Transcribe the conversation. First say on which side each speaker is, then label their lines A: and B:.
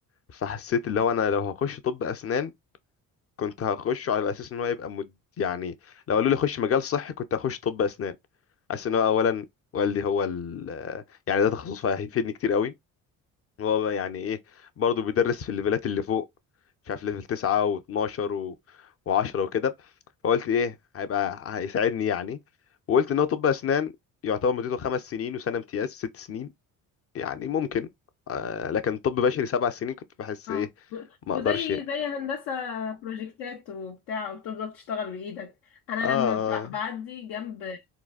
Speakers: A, on the left; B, on the left.
A: فحسيت اللي هو انا لو هخش طب اسنان كنت هخشه على اساس ان هو يبقى مد... يعني لو قالوا لي خش مجال صحي كنت هخش طب اسنان حاسس ان هو اولا والدي هو ال... يعني ده تخصص فهيفيدني كتير قوي هو بقى يعني ايه برضه بيدرس في الليفلات اللي فوق مش عارف ليفل 9 و12 و... و10 وكده فقلت ايه هيبقى هيساعدني يعني وقلت ان هو طب اسنان يعتبر مدته خمس سنين وسنه امتياز ست سنين يعني ممكن آه لكن طب بشري سبع سنين كنت بحس
B: اه
A: ايه ما اقدرش
B: وزي زي الهندسة بروجكتات وبتاع وتفضل تشتغل بإيدك أنا
A: اه
B: لما ب- بعدي جنب